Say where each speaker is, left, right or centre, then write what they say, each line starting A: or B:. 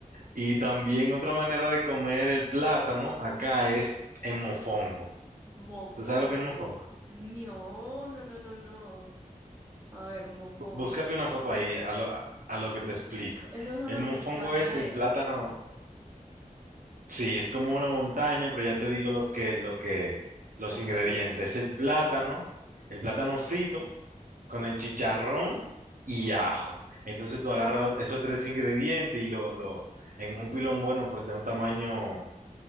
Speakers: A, on the right; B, on the right.
A: Y también otra manera de comer el plátano acá es en mofongo.
B: Mofongo.
A: ¿Tú sabes lo que es mofongo?
B: No, no, no, no, no. A ver, mofongo.
A: Bú- Búscate una foto ahí a lo, a lo que te explico.
B: Eso es una
A: El mofongo
B: montaña
A: es
B: de...
A: el plátano, sí, es como una montaña, pero ya te digo lo que, lo que, los
B: Ok,
A: ingredientes.
B: ok.
A: El plátano, el plátano frito con el chicharrón y ajo. Entonces tú agarras los- esos tres ingredientes y lo, lo, en un pilón bueno, pues de un tamaño